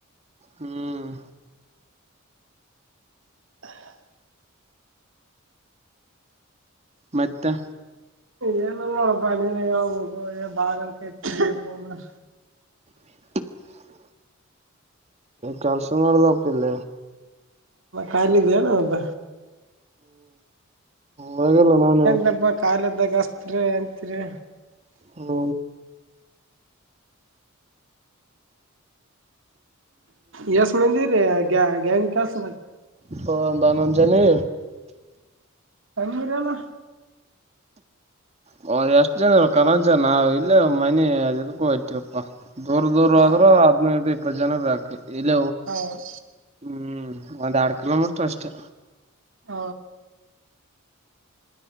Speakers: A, on the right (about 30°); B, on the right (about 60°).
A: ಹ್ಮ್
B: ಹ
A: ಮತ್ತೆ
B: ಏನು ಮಾಡಪ್ಪ ನೀನೆ ಹೇಳ್ಬೇಕು ಹೇ ಬಾಗನ ಕಟ್ಟನ
A: <unintelligible> ಕೆಲಸ ಮಾಡದೆ ತಪಲ್ಲ
B: ಕಾಯಲಿದ್ದೇನ ಒಬ್ಬ
A: ಹೋಗಿಲ್ಲ ನಾನು ಇವತ್ತು
B: ನಪ್ಪ ಕಾಲ ಅದಾಗ ಹಸ್ತ್ರಿ ಅತ್ರಿ
A: ಹ್ಮ
B: ಯಸ್ ಮಂದೆ -ರೇ -ಗ -ಗ್ಯಾಂಗ ಕಸ್
A: ಹ -ಬಾನಂಜನೆ.
B: ಕಮ್ಮ ಮರಲ್ಲ.
A: ಹ ಹ -ಎಷ್ಟು ಜನ -ಇ- ಕರಂಚ ನಾವವು ಇಲ್ಲ ಮನೆ ಅದಕ್ಕೂ ಇತೀವಪ್ಪಾ ದೂರ ದೂರ
B: ಹ
A: ಆದ್ರೂ ಹದಿನೈದು ಇಪ್ಪತ್ತು ಜನಾಕ ಇಲ್ಲ
B: ಹೌದ
A: ಹ್ಮ್. ಒಂದ್ ಎರಡ್ ಕಿಲೋಮೀಟ್ರ ಅಷ್ಟೇ.
B: ಹ